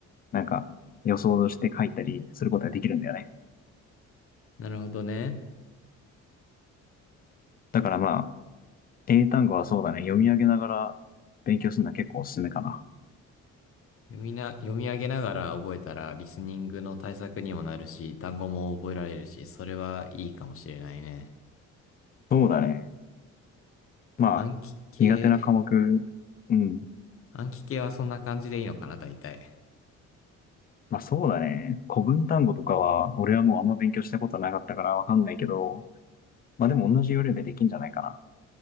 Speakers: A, on the left; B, on the left.
A: なんか予想して書いたりすることができるんだよね。
B: なるほどね。
A: だからまあ、英単語はそうだね。読み上げながら勉強するのは結構おすすめかな。
B: 読みな、読み上げながら覚えたら、リスニングの対策にもなるし、単語も覚えられるし、それはいいかもしれないね。
A: そうだね。まあ、
B: 暗記系、
A: 苦手な科目、うん。
B: 暗記系はそんな感じでいいのかな、大体。
A: まあそうだね。古文単語とかは、俺はもうあんま勉強したことなかったからわかんないけど、まあでも同じ要領でできんじゃないかな。